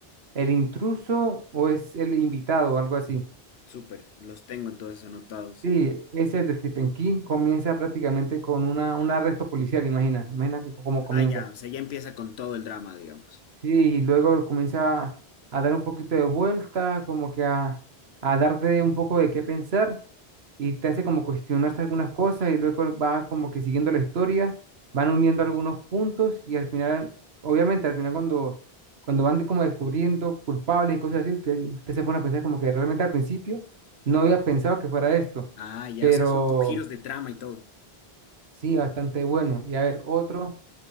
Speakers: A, on the right; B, on the left.
A: El intruso o es el invitado, algo así.
B: Súper. Los tengo entonces anotados.
A: Sí,
B: el-
A: ese es de Stephen King. Comienza prácticamente con una, un arresto policial, imagina. Imagina c- cómo comienza.
B: Ah, ya. O sea, ya empieza con todo el drama, digamos.
A: Sí, y luego comienza a dar un poquito de vuelta, como que a, a darte un poco de qué pensar. y te hace como cuestionarse algunas cosas y luego va como que siguiendo la historia, van uniendo algunos puntos y al final, obviamente al final cuando, cuando van como descubriendo culpables y cosas así, usted, usted se pone a pensar como que realmente al principio no había pensado que fuera esto,
B: Ah, ya.
A: pero
B: O sea, son con giros de trama y todo.
A: sí, bastante bueno. Y a ver, otro,